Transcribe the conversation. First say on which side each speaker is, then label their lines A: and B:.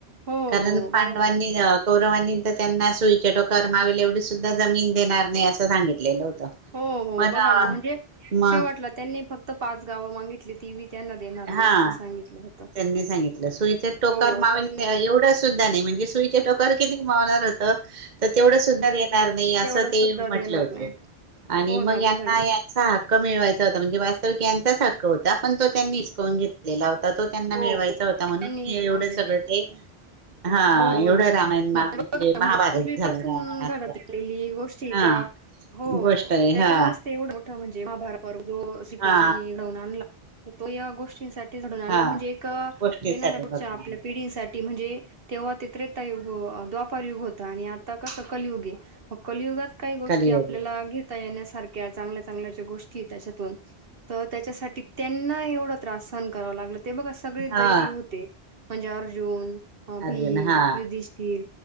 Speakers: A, on the right; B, on the right.
A: हो
B: कारण
A: हो
B: पांडवांनी,
A: बघा ना.
B: कौरवाांनी. तर त्यांना सुईच्या डोकामावेल एवढी सुद्धा जमीन देणार नाही असं सांगितलेलं होतं.
A: हो हो
B: पण
A: बघा ना म्हणजे
B: मग
A: शेवटला त्यांनी फक्त पाच गावं मागितली. ती बी त्यांना देणार नाही
B: हा
A: असं सांगितलं होतं.
B: त्यांनी सांगितलं सुईचे टोकार
A: हो
B: माव
A: पण
B: एवढा सुद्धा नाही म्हणजे सुईचे टोकर किती मावणार होत तर तेवढं सुद्धा देणार नाही
A: तेवढं
B: असं ते
A: सुद्धा
B: म्हटलं
A: देणार
B: होत
A: नाही
B: आणि
A: हो
B: मग
A: ना
B: यांना
A: बघा ना
B: यांचा हक्क मिळवायचा होता म्हणजे वास्तविक त्यांच्याच हक्क होता पण तो त्यांनी कोण घेतलेला ता तो त्यांना मिळवायचा
A: हो.
B: होता म्हणून
A: त्यांनी हिसकावून
B: एवढं
A: घेतलं
B: सगळं ते
A: होत
B: हा
A: हो हो
B: एवढं
A: ना
B: रामायण म्हणजे
A: बघा
B: महाभारत
A: पूर्वीपासून
B: झालं रामायणाचा
A: घडत आलेली गोष्टी
B: हा
A: का हो
B: गोष्ट आहे
A: त्याच्यामुळेच
B: हा
A: ते एवढं म्हणजे जो श्रीकृष्णांनी
B: हा
A: पांडवांना आणला तो या गोष्टी घडवून आणलं
B: हा
A: म्हज जे का
B: गोष्टीसाठी
A: येणार्या पुढच्या
B: घडवून
A: आपल्या
B: आणलं
A: पिढींसाठी म्हणजे तेव्हा ते त्रेतायुग द्वापारयुग होता आणि आता कस कलयुग आहे मग कलयुगात काही गोष्टी
B: कलियुग
A: आपल्याला घेता येण्यासाठी चांगल्या चांगल्या ज्या गोष्टी त्यांच्यातून त्याच्यासाठी त्यांना एवढा त्रास सहन करावा लाग ते बघ सगळे
B: हा
A: दैवी होते म्हणजे अर्जुन अ
B: अर्जुन
A: भीम,
B: हा
A: युधिष्ठिर,